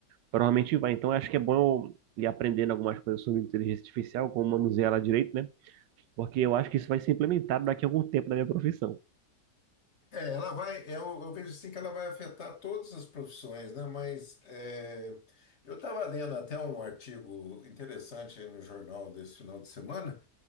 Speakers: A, on the right; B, on the left.
A: provavelmente vai. Então, acho que é bom eu ir aprendendo algumas coisas sobre inteligência artificial, como manusear ela direito, né? Porque eu acho que isso vai ser implementado daqui a algum tempo na minha profissão.
B: É, ela vai, eu, eu vejo assim que ela vai afetar todas as profissões, né? Mas é, eu estava lendo até um artigo interessante aí no jornal desse final de semana,